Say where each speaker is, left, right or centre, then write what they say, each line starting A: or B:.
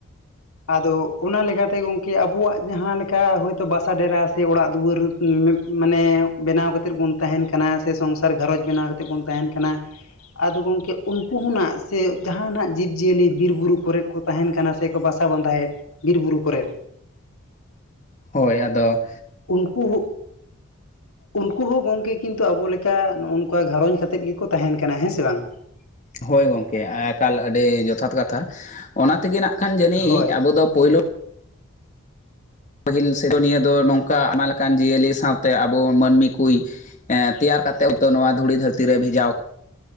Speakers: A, on the left; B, on the left.
A: ᱟᱫᱚ ᱚᱱᱟ ᱞᱮᱠᱟᱛᱮ ᱜᱚᱝᱠᱮ ᱟᱵᱚᱣᱟᱜ ᱡᱟᱦᱟᱸ ᱞᱮᱠᱟ ᱦᱚᱭᱛᱳ ᱵᱟᱥᱟ ᱰᱮᱨᱟ ᱥᱮ ᱚᱲᱟᱜ ᱫᱩᱣᱟᱹᱨ ᱢᱟᱱᱮ ᱵᱮᱱᱟᱣ ᱠᱟᱛᱮᱫ ᱵᱚᱱ ᱛᱟᱦᱮᱱ ᱠᱟᱱᱟ ᱥᱮ ᱥᱚᱝᱥᱟᱨ ᱜᱷᱟᱨᱚᱸᱡᱽ ᱵᱮᱱᱟᱣ ᱠᱟᱛᱮᱫ ᱵᱚᱱ ᱛᱟᱦᱮᱱ ᱠᱟᱱᱟ ᱟᱫᱚ ᱜᱚᱢᱠᱮ ᱩᱱᱠᱩ ᱦᱚᱸᱱᱟᱜ ᱥᱮ ᱡᱟᱦᱟᱱᱟᱜ ᱡᱤᱵᱽᱼᱡᱤᱭᱟᱹᱞᱤ ᱵᱤᱨ ᱵᱩᱨᱩ ᱠᱚᱨᱮ ᱠᱚ ᱛᱟᱦᱮᱱ ᱠᱟᱱᱟ ᱥᱮᱠᱚ ᱵᱟᱥ ᱟᱥᱟ ᱵᱟᱸᱫᱟᱭᱮᱫ ᱵᱤᱨ ᱵᱩᱨᱩ ᱠᱚᱨᱮᱫ
B: ᱦᱳᱭ ᱟᱫᱚ
A: ᱩᱱᱠᱩ ᱦᱚᱸ ᱩᱱᱠᱩ ᱦᱚᱸ ᱜᱚᱝᱠᱮ ᱠᱤᱱᱛᱩ ᱟᱵᱚ ᱞᱮᱠᱟ ᱱᱚᱜ ᱱᱚᱝᱠᱟ ᱜᱷᱟᱨᱚᱸᱡᱽ ᱠᱟᱛᱮᱫ ᱜᱮᱠᱚ ᱛᱟᱦᱮᱱ ᱠᱟᱱᱟ ᱦᱮᱸ ᱥᱮ ᱵᱟᱝ
B: <unintelligible> ᱦᱳᱭ ᱜᱚᱢᱠᱮ ᱮᱠᱟᱞ ᱟᱹᱰᱤ ᱡᱚᱛᱷᱟᱛ ᱠᱟᱛᱷᱟ ᱚᱱᱟ ᱛᱮᱜᱮ ᱱᱟᱜ ᱠᱷᱟᱱ ᱡᱟᱹᱱᱤᱡ
A: ᱦᱳᱭ
B: ᱟᱵᱚ ᱯᱳᱭᱞᱳ ᱯᱟᱹᱦᱤᱞ ᱥᱤᱨᱡᱚᱱᱤᱭᱟᱹ ᱫᱚ ᱱᱚᱝᱠᱟ ᱟᱭᱢᱟ ᱞᱮᱠᱟᱱ ᱡᱤᱭᱟᱹᱞᱤ ᱥᱟᱶᱛᱮ ᱟᱵᱚ ᱢᱟᱹᱱᱢᱤ ᱠᱚ ᱮᱸ ᱛᱮᱭᱟᱨ ᱠᱟᱛᱮᱫ ᱦᱚᱭᱛᱚ ᱱᱚᱣᱟ ᱫᱷᱩᱲᱤ ᱫᱷᱟᱹᱨᱛᱤ ᱨᱮ ᱵᱷᱮᱡᱟᱣ